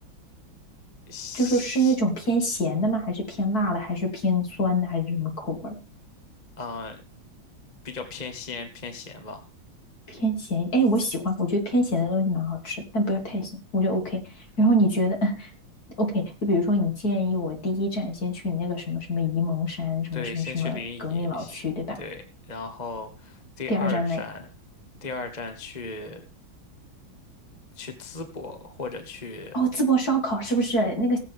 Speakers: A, on the left (about 25°); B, on the left (about 45°).
A: 西，
B: 就是是那种偏咸的吗？还是偏辣的？还是偏酸的？还是什么口味儿？
A: 嗯，比较偏鲜偏咸吧。
B: 偏咸，哎，我喜欢，我觉得偏咸的东西蛮好吃，但不要太咸，我觉得 OK。然后你觉得嗯 OK？就比如说你建议我第一站先去你那个什么什么沂蒙山，什么什么什么革命老区，
A: 对，先去临沂，
B: 对吧？
A: 对，然后第二站，
B: 第二站呢？
A: 第二站去去淄博或者去
B: 哦，淄博烧烤是不是那个